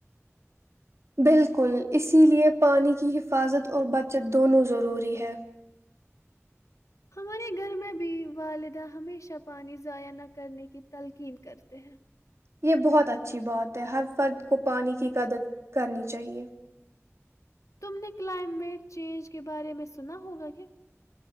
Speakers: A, on the right; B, on the left.
A: بالکل اسی لیے پانی کی حفاظت اور بچت دونوں ضروری ہے <unintelligible>
B: ہمارے گھر میں بھی والدہ ہمیشہ پانی ضائع نہ کرنے کی تلقین کرتے ہیں
A: یہ بہت اچھی بات ہے ہر فرد کو پانی کی قدر کرنی چاہیے
B: تم نے کلائمیٹ چینج کے بارے میں سنا ہوگا کیا